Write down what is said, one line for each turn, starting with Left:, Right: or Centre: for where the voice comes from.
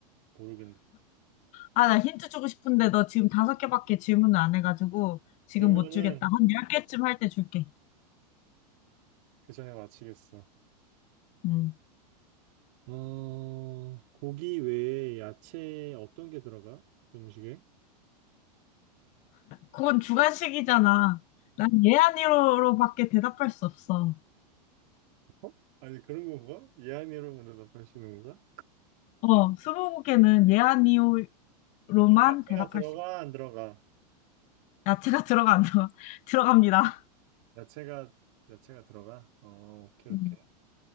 Right: 모르겠네.
Left: 아, 나 힌트 주고 싶은데 너 지금 다섯 개밖에 질문을 안 해가지고 지금
Right: 그러면은
Left: 못 주겠다. 한 열 개쯤 할 때 줄게.
Right: 그 전에 마치겠어.
Left: 음.
Right: 어 고기 외에 야채 어떤 게 들어가? 음식에?
Left: 그건 주관식이잖아. 난 예, 아니로밖에 대답할 수 없어.
Right: 어? 아니 그런 건가? 예안이로 문답하시는 건가?
Left: 어, 스무고개는 예, 아니오로만
Right: 야채가
Left: 대답할
Right: 들어가
Left: 수 있어.
Right: 안 들어가?
Left: 야채가 들어간다. <laughs> 들어갑니다.
Right: 야채가 야채가 들어가? 어 오케이
Left: 음.
Right: 오케이.